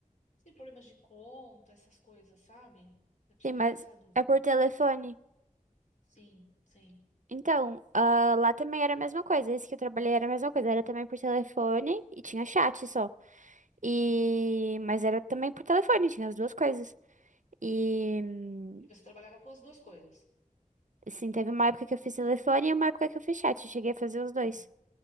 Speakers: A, on the left; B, on the right.
A: tem problemas de conta, essas coisas, sabe? Eu preciso
B: Sim, mas
A: tirar essa dúvida.
B: é por telefone.
A: Sim, sim.
B: Então, ah, lá também era a mesma coisa. Esse que eu trabalhei era a mesma coisa. Era também por telefone e tinha chat só. E... Mas era também por telefone, tinha as duas coisas. E, hum,
A: E você trabalhava com as duas coisas?
B: assim, teve uma época que eu fiz telefone e uma época que eu fiz chat. Eu cheguei a fazer os dois.
A: Ah,